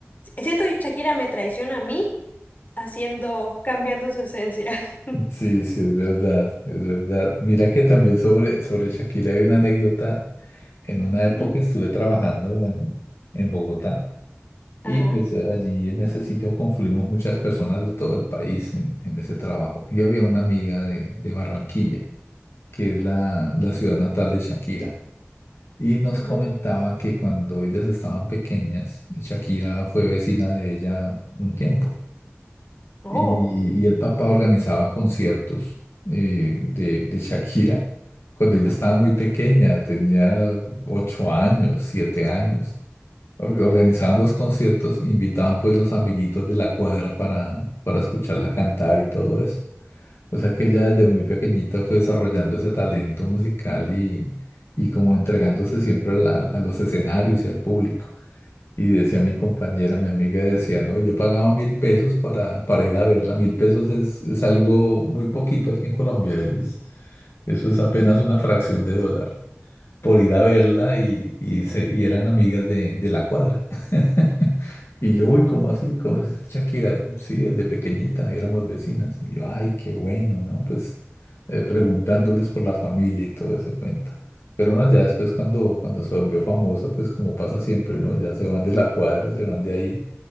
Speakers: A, on the left; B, on the left.
A: siento que Shakira me traiciona a mí haciendo, cambiando su esencia. <laughs>
B: Sí, sí, es verdad, es verdad. Mira que también sobre, sobre Shakira hay una anécdota. En una
A: Ujú.
B: época estuve trabajando en, en Bogotá
A: Ajá.
B: y pues eh, allí en ese sitio confluimos muchas personas de todo el país en, en ese trabajo. Y había una amiga de, de Barranquilla, que es la, la ciudad natal de Shakira, y nos
A: ujú.
B: comentaba que cuando ellas estaban pequeñas, Shakira fue vecina de ella un tiempo.
A: Oh.
B: y, y el papá organizaba conciertos eh, de, de Shakira cuando ella estaba muy pequeña, tenía ocho años, siete años. Or- Organizaban los conciertos, invitaban pues los amiguitos de la cuadra para, para escucharla cantar y todo eso. O sea que ella desde muy pequeñita fue desarrollando ese talento musical y, y como entregándose siempre al- al- a los escenarios y al público. Y decía mi compañera, mi amiga, decía, no, yo pagaba mil pesos para, para ir a verla. Mil pesos es, es algo muy poquito aquí en Colombia. Es, eso es apenas una fracción de dólar por ir a verla y, y, se, y eran amigas de, de la cuadra. <laughs> Y yo, uy, ¿cómo así? ¿Conoces a Shakira? Sí, desde pequeñita, éramos vecinas. Y yo, ay, qué bueno, ¿no? Pues eh, preguntándoles por la familia y todo ese cuento. Pero no, ya después cuando, cuando se volvió famosa, pues como pasa siempre, ¿no? Ya se van de la cuadra, se van de ahí